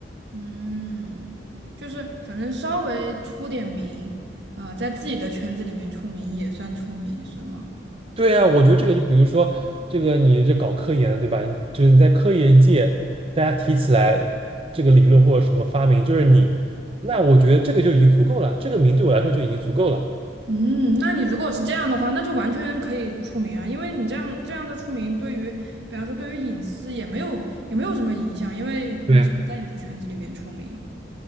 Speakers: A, on the right; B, on the right.
A: 嗯，就是反正稍微出点名，啊、在自己的圈子里面出名也算出名，是吗？
B: 对啊，我觉得这个就比如说，这个你这搞科研的，对吧？你就是你在科研界，大家提起来这个理论或者什么发明，就是你，那我觉得这个就已经足够了，这个名对我来说就已经足够了。
A: 嗯，那你如果是这样的话，那就完全可以出名啊，因为你这样这样的出名，对于比方说对于隐私也没有也没有什么影响，因为你只是在你的圈子里面出名。
B: 对，